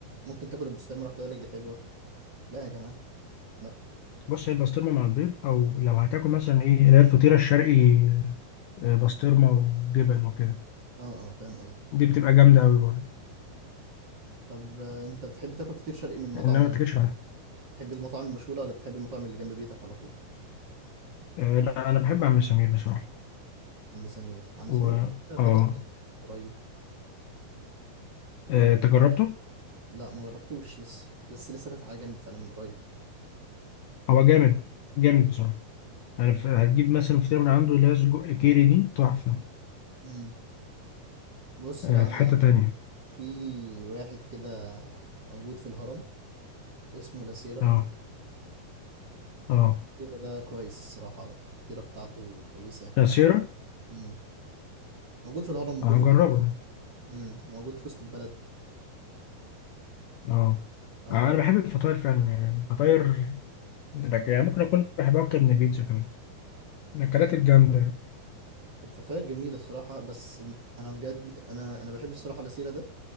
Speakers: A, on the right (about 35°); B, on the left (about 80°).
A: ممكن تاكل البسطرمه لوحدها يقول لك دي حلوه لا يا جماعه لا
B: بص هي البسطرمه مع البيض او لو هتاكل مثلا ايه اللي هي الفطيره الشرقي آه، بسطرمه وجبن وكده
A: اه اه فاهم قصدي
B: دي بتبقى جامده قوي برضه
A: طب آه، انت بتحب تاكل فطير شرقي من مطعم
B: انما
A: ايه
B: ما تاكلش لوحدها
A: بتحب المطاعم المشهوره ولا بتحب المطعم اللي جنب بيتك على طول
B: آه، لا انا بحب عم سمير بصراحه
A: عم سمير عم
B: و
A: سمير ده فتح
B: اه
A: جنبي من قريب و
B: آه، تجربته
A: لا ما جربتوش لسه بس لسه فاتح على جنب فعلا من قريب
B: هو جامد جامد بصراحه يعني ف- هتجيب مثلا فطيره من عنده اللي هي سجق كيري دي تحفه
A: مم. بص
B: آه،
A: لا
B: في
A: انا
B: حتة تانية
A: في واحد كده موجود في الهرم اسمه لاسيرا
B: اه اه
A: لاسيرا ده كويس الصراحة الفطيرة بتاعته كويسة
B: عصيرة
A: أك- مم. موجود في الهرم موجود
B: اه هجربه
A: في العجوزة
B: ده
A: مم. موجود في وسط البلد
B: اه
A: اه
B: آه، انا بحب الفطاير فعلا يعني الفطاير لك يعني ممكن اكون بحبها اكتر من البيتزا كمان الاكلات
A: آه،
B: الجامدة يعني.
A: الفطاير جميلة الصراحة بس أنا بجد أنا أنا بحب الصراحة لاسيرا ده